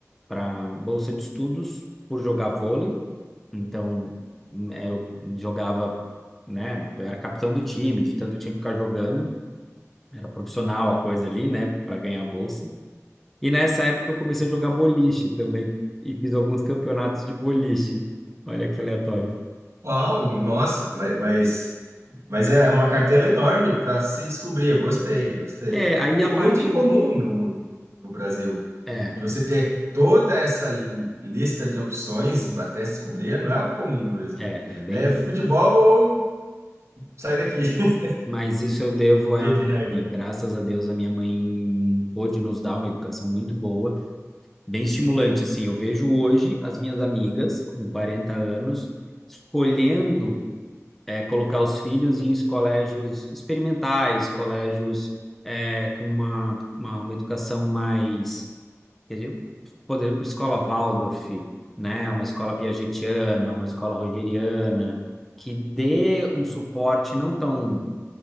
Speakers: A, in the centre; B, on the right.
A: para bolsa de estudos por jogar vôlei. Então, hum, eh, eu jogava, né? Eu era capitão do time, de tanto eu tinha que ficar jogando. Era profissional a coisa ali, né? Para ganhar a bolsa. E nessa época eu comecei a jogar boliche também e fiz alguns campeonatos de boliche. Olha que aleatório.
B: Uau, nossa, mas, mas Mas é uma cartela enorme para se descobrir. Eu gostei, gostei.
A: É, aí
B: E
A: a
B: muito
A: partir.
B: incomum no, no Brasil.
A: É,
B: De você ter toda essa li- lista de opções até se descobrir, não é algo comum no Brasil.
A: é, é bem
B: É futebol ou sai daqui, <laughs>
A: Mas isso eu devo
B: via
A: à
B: de
A: minha
B: regra.
A: mãe. Graças a Deus, a minha mãe pôde nos dar uma educação muito boa, bem estimulante. Assim, eu vejo hoje as minhas amigas com 40 anos escolhendo eh, colocar os filhos em colégios experimentais, colégios eh, com uma, uma, uma educação mais, quer dizer, poder, escola Waldorf, né? Uma escola Piagetiana, uma escola Rogeriana, que dê um suporte não tão